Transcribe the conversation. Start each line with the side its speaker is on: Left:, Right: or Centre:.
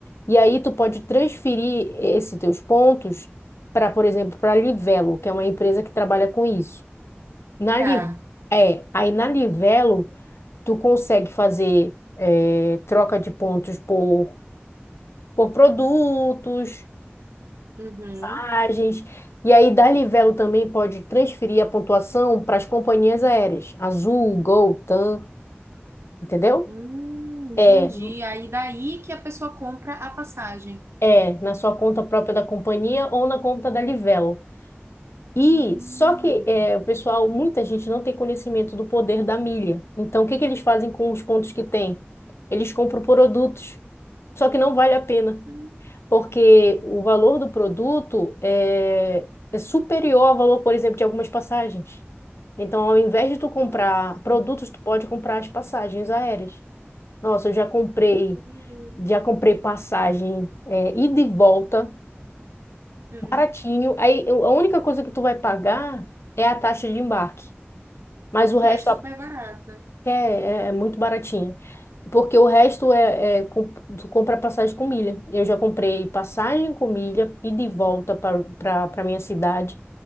Left: E aí tu pode transferir esses teus pontos para, por exemplo, para a Livelo, que é uma empresa que trabalha com isso. Na
Right: tá.
Left: Li, é, aí na Livelo tu consegue fazer é, troca de pontos por, por produtos,
Right: Uhum.
Left: mensagens. E aí, da Livelo também pode transferir a pontuação para as companhias aéreas, Azul, Gol, TAM, entendeu?
Right: Hum,
Left: É,
Right: entendi. Aí daí que a pessoa compra a passagem.
Left: é na sua conta própria da companhia ou na conta da Livelo. E
Right: Hum.
Left: só que é, o pessoal, muita gente não tem conhecimento do poder da milha. Então, o que que eles fazem com os pontos que têm? Eles compram produtos, só que não vale a pena,
Right: Hum,
Left: porque o valor do produto é, é superior ao valor, por exemplo, de algumas passagens. Então, ao invés de tu
Right: Nossa,
Left: comprar produtos, tu pode comprar as passagens aéreas. Nossa, eu já comprei,
Right: entendi.
Left: já comprei passagem é, ida e volta,
Right: Hum,
Left: baratinho. Aí, eu- a única coisa que tu vai pagar é a taxa de embarque. Mas o
Right: que
Left: resto,
Right: é super
Left: a
Right: barata.
Left: é, é é muito baratinha. Porque o resto é, é com- tu compra passagem com milha. Eu já comprei passagem com milha e de volta para para minha cidade,